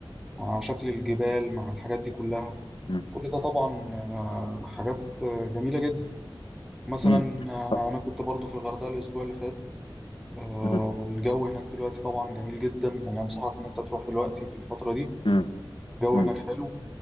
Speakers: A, in the centre; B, on the left.
A: مع شكل الجبال مع الحاجات دي كلها
B: مم.
A: كل ده طبعا آه، حاجات آه، جميله جدا مثلا
B: مم.
A: آه،
B: آه.
A: انا كنت برضو في الغردقه الاسبوع اللي فات آه،
B: مم.
A: الجو هناك دلوقتي طبعا جميل جدا يعني انصحك ان انت تروح دلوقتي في الفتره دي
B: مم.
A: الجو
B: مم.
A: هناك حلو